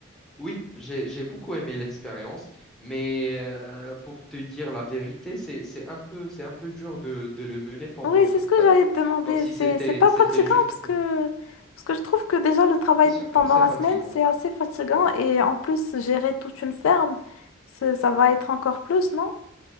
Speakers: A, in the centre; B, on the left.
A: oui, j'ai j'ai beaucoup aimé l'expérience, mais euh, pour te dire la vérité, c'est c'est un peu c'est un peu dur de, de le mener pendant
B: Oui,
A: toute
B: c'est ce que
A: ta
B: j'allais
A: vie,
B: te demander.
A: comme si
B: C'est,
A: c'était
B: c'est pas
A: c'était
B: fatigant
A: juste.
B: parce que,
A: Bien
B: parce que je trouve que déjà le travail
A: sûr que
B: pendant
A: c'est
B: la
A: fatigant.
B: semaine, c'est assez fatigant
A: Ouais.
B: et en plus, gérer toute une ferme, c'est- ça va être encore plus, non?